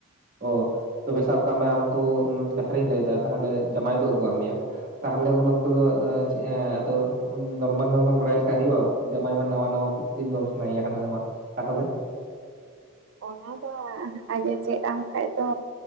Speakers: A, on the right; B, on the right.
A: ᱚ ᱛᱚᱵᱮ ᱥᱟᱵ ᱠᱟᱜ ᱢᱮ ᱟᱢᱠᱩ, ᱠᱟᱛᱷᱟ ᱨᱤᱧ ᱞᱟᱹᱭᱫᱟ ᱛᱟᱦᱚᱞᱮ ᱡᱟᱢᱟᱭ ᱠᱚ ᱟᱹᱜᱩᱣᱟᱜ ᱢᱮᱭᱟ ᱾ ᱛᱟᱦᱚᱞᱮ ᱩᱱ ᱚᱠᱛᱚ ᱫᱚ ᱮᱸᱻ ᱟᱫᱚ ᱱᱚᱨᱢᱟᱞ ᱱᱚᱨᱢᱟᱞ ᱵᱟᱲᱟᱭ ᱞᱮᱠᱷᱟᱱ ᱦᱩᱭᱩᱜᱼᱟ? ᱡᱟᱢᱟᱭ ᱢᱟ ᱱᱟᱣᱟ ᱱᱟᱣᱟ ᱯᱨᱚᱛᱤᱱ ᱡᱚᱢ ᱥᱟᱱᱟᱭᱭᱟ ᱦᱟᱱᱟ ᱱᱟᱣᱟ, ᱛᱟᱦᱚᱞᱮ?
B: ᱚᱱᱟ ᱫᱚ ᱟᱡᱼᱮ ᱪᱮᱫ ᱟᱢ ᱠᱷᱟᱡ ᱫᱚᱼᱼ